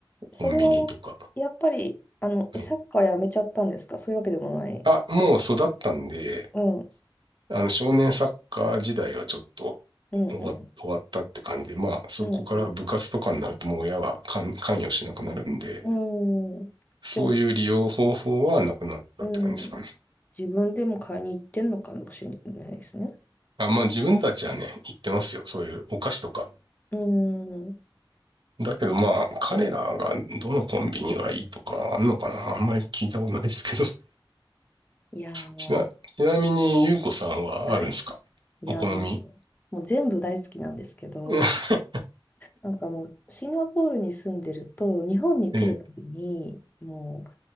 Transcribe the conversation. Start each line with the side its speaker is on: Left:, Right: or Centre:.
Right: コンビニとか。
Left: それはや、やっぱり、あの、
Right: はい。
Left: え、サッカーやめちゃったんですかそういうわけでもない。
Right: あ、もう育ったんで、
Left: うん、う
Right: あの、少年サッカー時代はちょっと
Left: ん、
Right: 終わ、
Left: うん、
Right: 終わったって感じで、まあ、そこから部活とかになるともう親は関、
Left: うん、う
Right: 関与しなくなるんで、
Left: ん。うん。
Right: そういう利用方法はなくなったって感じですかね。
Left: じゃあ、うん、自分でも買いに行ってんのかもしれないですね。
Right: あ、まあ自分たちはね、言ってますよ。そういうお菓子とか。
Left: うん。<laughs>
Right: だけどまあ、彼らがどのコンビニがいいとかあんのかなあんまり聞いたことないですけど。<laughs>
Left: いやー、
Right: ちな、ちなみに、ゆうこさんはあるんですかお好み。
Left: はい。いやー、もう、もう全部大好きなんですけど、
Right: <laughs>
Left: なんかもうシンガポールに住んでると日本に来るたびにもう
Right: ええ。